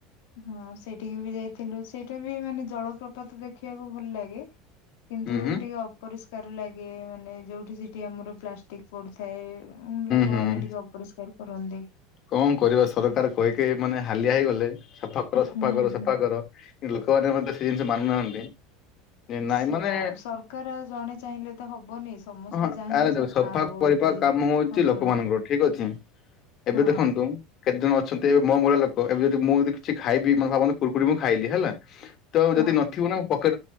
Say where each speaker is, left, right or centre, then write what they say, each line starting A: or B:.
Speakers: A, on the left; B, on the left.
A: ହଁ ସେଇଠିକି ବି ଯାଇଥିଲୁ ସେଇଟା ବି ମାନେ ଜଳପ୍ରପାତ ଦେଖିବାକୁ ଭଲ ଲାଗେ କିନ୍ତୁ
B: ହୁଁ ହୁଁ
A: ଟିକେ ଅପରିଷ୍କାର ଲାଗେ ମାନେ ଯୋଉଠି ସେଠି ଆମର ପ୍ଲାଷ ଟିକ ପଡିଥାଏ ଉ ଲୋକମାନେ
B: ହୁଁ ହୁଁ
A: ଟିକେ ଅପରିଷ୍କାର କରନ୍ତି
B: କଣ କରିବା ସରକାର କହି କହି ମାନେ ହାଲିଆ ହେଇଗଲେ ସଫା କର ସଫା
A: ହୁଁ
B: କର ସଫା
A: ହୁଁ।
B: କର ଲୋକମାନେ ମଧ୍ଯ ସେ ଜିନିଷ ମାନୁନାହାନ୍ତି ଯେ ନାଇଁ
A: ସେୟା
B: ମାନେ
A: ସରକାର ଆଉ ଜଣେ ଚାହିଁଲେ ତ ହବନି ସମସ୍ତେ
B: ହଁ
A: ଚାହିଁଲେ
B: ଆରେ ଦେଖ ସଫା
A: ହବ
B: କରିବା
A: ଗୋଟେ
B: କାମ ହଉଛି
A: ଅଞ୍ଚଳ
B: ଲୋକମାନଙ୍କର ଠିକ ଅଛି ଏବେ
A: ହଁ
B: ଦେଖନ୍ତୁ। କେତେ ଜଣ ଅଛନ୍ତି ଏବେ ମୋ ମୂଳା ଲୋକ ଏବେ ଯଦି ମୁଁ ଯଦି କିଛି ଖାଇବି ମେ ଭାବନି କୁୁରରି ମୁଁ ଖାଇଲି ହେଲା। ତ
A: ହଁ
B: ଯଦି ନଥିବ ନା ମୁ ପକେ